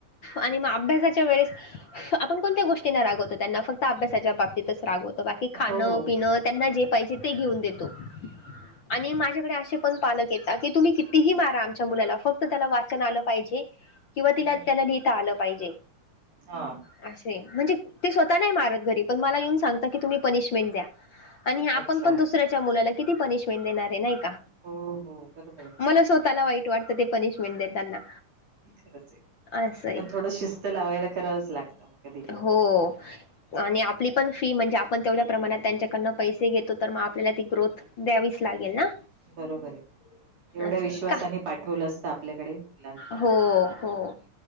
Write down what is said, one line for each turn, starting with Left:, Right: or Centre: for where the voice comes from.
Left: आणि
Right: तेच
Left: मग अभ्यासाच्या वेळेस आपण कोणत्या गोष्टींना रागवतो त्यांना फक्त अभ्यासाच्या बाबतीतच रागवतो ते खाणं
Right: हो हो
Left: पिणं त्यांना जे पाहिजे ते घेऊन देतो
Right: हम्म
Left: आणि माझ्याकडे अशे पण पालक येता की तुम्ही कितीही मारा आमच्या मुलाला फक्त त्याला वाचन आलं पाहिजे किंवा तिला
Right: हम्म
Left: त्याला लिहिता आलं पाहिजे
Right: हा
Left: असय म्हणजे ते स्वत नाही मारत घरी पण मला येऊन सांगता की तुम्ही पनिशमेंट द्या आणि आपण
Right: अच्छा
Left: पण दुसऱ्याच्या मुलाला किती पनिशमेंट देणारे नाही का?
Right: हो हो बरोबर आहे
Left: मला स्वतःला वाईट वाटतं ते पनिशमेंट देताना
Right: खरचय
Left: असंय
Right: पण थोडं स्त लावायला करावंच लागतं मग कधी कधी
Left: हो आणि आपली पण फी म्हणजे आपण तेवढ्या प्रमाणात त्यांच्याकडनं पैसे घेतो तर मग आपल्याला ती ग्रोथ द्यावीच लागेल ना?
Right: बरोबरय एवढ्या
Left: असं
Right: विश्वासाने
Left: आहे का
Right: पाठवलं असतं आपल्याकडे मुलांना
Left: हो हो